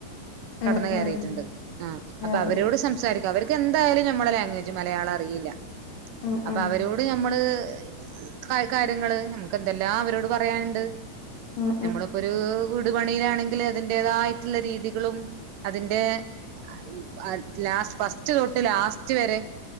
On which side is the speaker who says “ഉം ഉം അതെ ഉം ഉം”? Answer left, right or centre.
Left